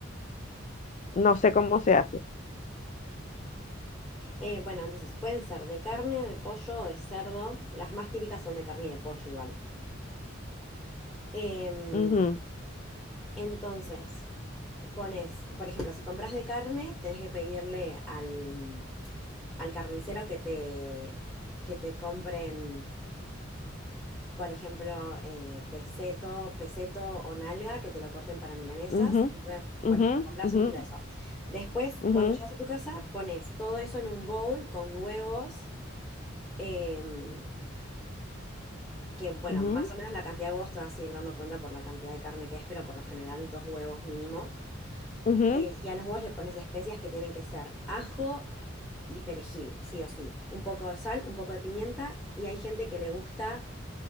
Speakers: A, on the left; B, in the centre.
A: No sé cómo se hace.
B: Eh, bueno, entonces pueden ser de carne, de pollo o de cerdo. Las más típicas son de carne y de pollo igual. Em,
A: Ujú,
B: Entonces, pones, por ejemplo, si compras de carne, tenés que pedirle al, al carnicero que te, que te compren, por ejemplo, eh, peseto, peseto o nalga, que te lo corten para milanesas.
A: ujú,
B: Entonces,
A: ujú,
B: por ejemplo, compras
A: ujú,
B: un kilo de eso. Después,
A: ujú,
B: cuando llegas a tu casa, pones todo eso en un bowl con huevos. em, que bueno,
A: ujú,
B: más o menos la cantidad de huevos te vas a ir dando cuenta por la cantidad de carne que es, pero por lo general dos huevos mínimo.
A: ujú,
B: Eh, y a los huevos le pones especias que tienen que ser ajo y perejil, sí o sí. Un poco de sal, un poco de pimienta. Y hay gente que le gusta